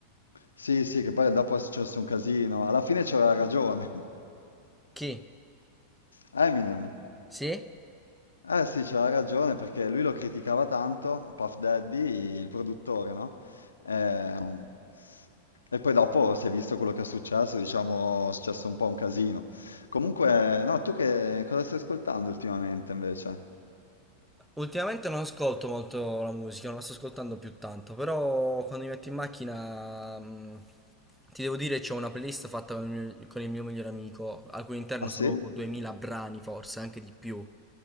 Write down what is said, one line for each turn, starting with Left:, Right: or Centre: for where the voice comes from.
Left: sì, sì, che poi dopo è successo un casino. Alla fine c'aveva ragione.
Centre: Chi?
Left: <laughs> Eminem.
Centre: Sì?
Left: Eh sì, c'aveva ragione perché lui lo criticava tanto, Puff Daddy, il produttore, no? Ehm, E, poi dopo si è visto quello che è successo, diciamo, è successo un po' un casino. Comunque, no, tu che cosa stai ascoltando ultimamente invece?
Centre: Ultimamente non ascolto molto la musica, non la sto ascoltando più tanto, però quando mi metto in macchina, mh, ti devo dire, c'ho una playlist fatta con il mio, con il mio migliore amico, al cui interno
Left: Ah
Centre: sono
Left: sì?
Centre: proprio 2000 brani, forse anche di più.